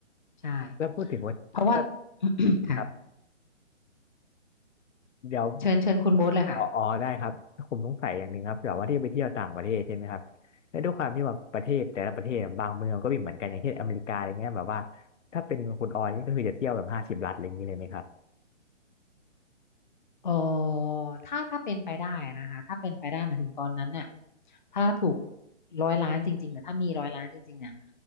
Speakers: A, on the left; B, on the left.
A: ใช่
B: แล้วพูดถึงว่าก็
A: เพราะว่า <coughs> ค่ะ
B: ครับเดี๋ยว
A: เชิญเชิญคุณโบ๊ทเลยค่ะ
B: อ๋ออ๋อได้ครับผมสงสัยอย่างหนึ่งครับแบบว่าที่ไปเที่ยวต่างประเทศใช่ไหมครับแล้วด้วยความที่ว่าประเทศแต่ละประเทศบางเมืองก็มีเหมือนกันอย่างเช่นอเมริกาอะไรเงี้ยแบบว่าถ้าเป็นคุณออยนี่ก็คือจะเที่ยวแบบห้าสิบรัฐอะไรอย่างนี้เลยไหมครับ
A: เออถ้าถ้าเป็นไปได้นะคะถ้าเป็นไปได้หมายถึงตอนนั้นเนี่ยถ้าถูกร้อยล้านจริงๆเนี่ยถ้ามีร้อยล้านจริงๆเนี่ย